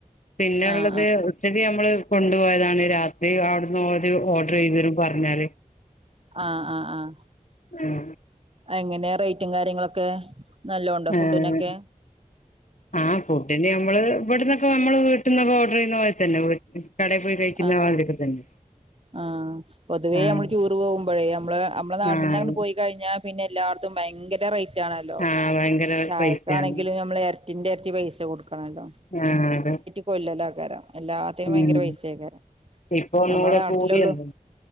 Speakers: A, on the left; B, on the right.
A: പിന്നെ
B: ആഹ്
A: ഉള്ളത്
B: ആഹ്
A: പച്ചടി നമ്മള് കൊണ്ടുപോയതാണ് രാത്രി അവിടുന്ന് ഓര് ഓർഡർ ചെയ്തരും പറഞ്ഞാല്
B: ആഹ് ആഹ് ആഹ്
A: ഉം
B: എങ്ങനെ റേറ്റും കാര്യങ്ങളൊക്കെ നല്ല ഉണ്ട്
A: ആഹ്
B: ഫുഡിനൊക്കെ
A: ആഹ് ഫുഡിന് നമ്മള് ഇവിടന്നൊക്കെ നമ്മള് വീട്ട്ന്നൊക്കെ ഓർഡർ ചെയ്യുന്ന മാതിരി തന്നെ കടെ പോയി കഴിക്കുന്ന
B: ആഹ്
A: മാതിരിക്ക തന്നെ
B: ആഹ് പൊതുവേ
A: ആഹ്
B: നമ്മള് ടൂർ പോകുമ്പോഴേ നമ്മള് നമ്മളെ നാട്ടന്നങ്ട്
A: ആഹ്
B: പോയി ദ് കഴിഞ്ഞാ പിന്നെ എല്ലാർത്തും ഭയര റേ റ്റാണല്ലോ
A: ആഹ് ഭയങ്കര
B: ചായക്കാണെങ്കിലും
A: പൈസയാണ്
B: നമ്മൾ ഇരറ്റിന്റെ ഇരറ്റി പൈസ കൊടുക്കണല്ലോ
A: ആഹ് അതെ
B: കൊല്ലല ആക്കാരം എല്ലാത്തിനും
A: ഉം
B: ഭയങ്കര പൈസ ആക്കാരം
A: ഇപ്പൊ ഒന്നുകൂടെ
B: ഞമ്മുടെ നാട്ടിലുള്ളൂ
A: കൂടിയല്ലോ